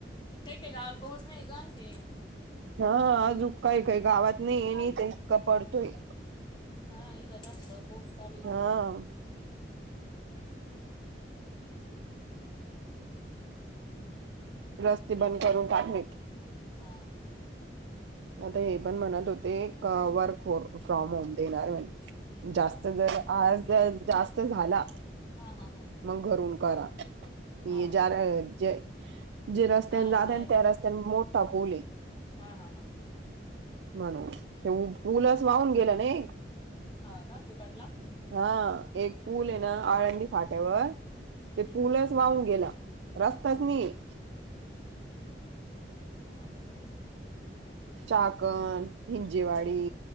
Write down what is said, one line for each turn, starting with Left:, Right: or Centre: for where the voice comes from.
Left: काही काही राहल पोहच नाही का आणखी
Right: हा अजू काय काही गावात नाही ये न तर इतका पडतोय.
Left: हा इथे जास्त पाऊस चालू. आहे
Right: <unintelligible> रस्ते बंद करून टाकले.
Left: हा हा.
Right: आता हे पण म्हणत होते वर्क फॉर फ्रॉम होम देणार म्हणजे
Left: हा
Right: जास्त जर आज जास्त झाला
Left: हा हा हा.
Right: मगं घरून कारा.
Left: हा
Right: ज्या
Left: हा
Right: ज जे रस्त्याने
Left: हा
Right: जात
Left: जायला
Right: त्या रस्त्याने मोठा पुल ये
Left: हा हा हा.
Right: म्हणून ते पुलच वाहून गेलं ना एक
Left: हा का तिकडला.
Right: हा एक पूल आहे ना आळंदी फाट्यावर ते
Left: हम्म
Right: पूलच
Left: हम्म
Right: वाहून गेला रस्ताच
Left: हा
Right: नाही ये.
Left: म आता बाई.
Right: चाकण हिंजेवाडी